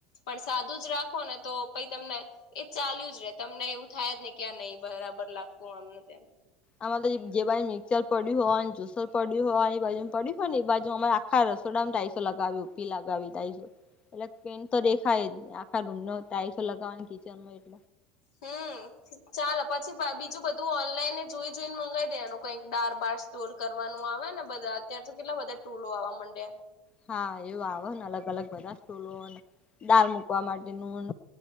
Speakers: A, on the left; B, on the left.
A: પણ સાદું જ રાખો ને તો પઈ તમને એ ચાલ્યું જ રે તમને એવું થાય જ ને ક્યાં નહી બરાબર લાગતું આમને તેમ.
B: આમ તો જે બાજુ મિક્સચર પડી હોય જુસર પડી હોન એ બાજુ પડી હોય ને એ બાજુ આમ હા રસોડામાં તાઈસો લગાવી <unintelligible> લગાવી ત એટલે પેન તો દેખાય આખા રૂમ ન ટાઈસો લગાવવા કિચનમાં એટ
A: હમ્મ ચાલ પછી બીજું બધું ઓનલાઈન જોઈ જોઈને મગાવી દેવાનું કઈક ડાર બાર સ્ટોર કરવાનું આવે ને બધા અત્ય્યારે તો કેટલા બધા ટૂલો આવવા માંડે.
B: હા એવું આવે ને અલગ અલગ બધા <unintelligible> દળ મૂકવા માટેનું